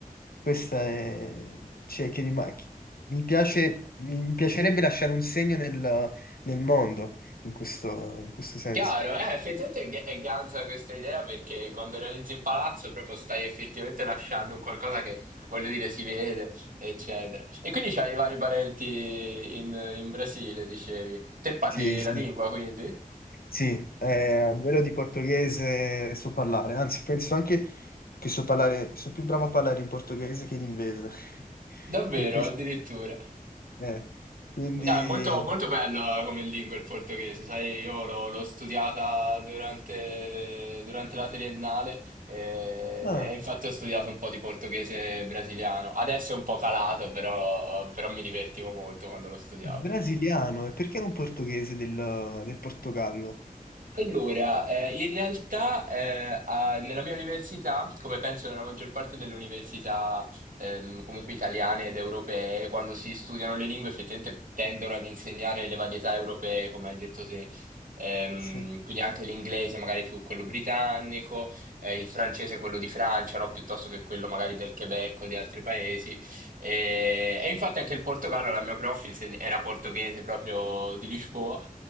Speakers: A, on the left (about 80°); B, on the right (about 65°).
A: Questa è... cioè, che rima- chi- mi piace... mi piacerebbe lasciare un segno nel, nel mondo, in questo... in questo senso.
B: Chiaro, eh, effettivamente è ga- è ganza questa idea perché quando realizzi un palazzo proprio stai effettivamente lasciando un qualcosa che, voglio dire, si vede, eccetera. E quindi c'hai i vari parenti in, in Brasile, dicevi. Te parli
A: Sì, sì.
B: la lingua, quindi?
A: Sì, eh, a livello di portoghese so parlare, anzi penso anche che so parlare, so più bravo a parlare in portoghese che in inglese. <laughs>
B: Davvero,
A: Per questo...
B: addirittura.
A: eh, Quindi...
B: No, è molto, molto bello come lingua il portoghese, sai, io l'ho l'ho studiata durante, durante la triennale eh,
A: Ah.
B: e, infatti ho studiato un po' di portoghese brasiliano. Adesso è un po' calato, però, però mi divertivo molto quando lo studiavo.
A: Brasiliano, e perché non portoghese del, del Portogallo?
B: Allora, eh, in realtà eh, a- nella mia università, come penso nella maggior parte delle università ehm, comunque italiane ed europee, quando si studiano le lingue effettivamente tendono ad insegnare le varietà europee, come hai detto te, Ehm,
A: Sì.
B: quindi anche l'inglese magari più quello britannico, eh, il francese quello di Francia, no? Piuttosto che quello magari del Quebec o di altri paesi. E, e infatti anche il Portogallo, la mia prof insegna- era portoghese proprio di Lisboa.